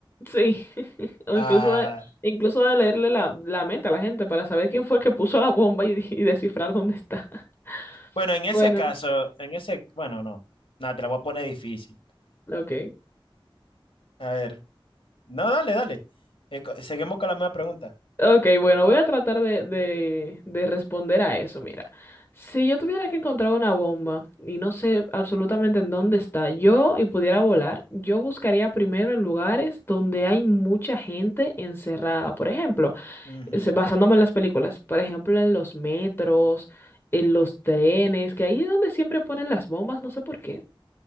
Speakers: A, on the left (about 25°); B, on the left (about 85°).
A: sí, <laughs> o
B: Ah,
A: incluso de, incluso de leerle la, la mente a la gente para saber quién fue que puso la bomba y, <laughs> y descifrar dónde está. <laughs>
B: bueno, en ese
A: Bueno,
B: caso, en ese, bueno, no. Nada, te la voy a poner difícil.
A: ok.
B: A ver. No, dale, dale. Eh, co- seguimos con la misma pregunta.
A: Ok, bueno, voy a tratar de, de, de responder a eso. Mira, si yo tuviera que encontrar una bomba y no sé absolutamente en dónde está, yo y pudiera volar, yo buscaría primero en lugares donde hay mucha gente encerrada. Por ejemplo,
B: Ujú.
A: es- basándome en las películas, por ejemplo, en los metros, en los trenes, que ahí es donde siempre ponen las bombas, no sé por qué.